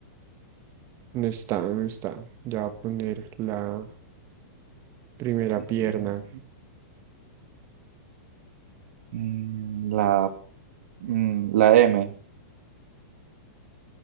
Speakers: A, on the right; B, on the right.
A: no está, no está. Ya voy a poner la primera
B: Mm,
A: pierna.
B: mm, la, mm, la M.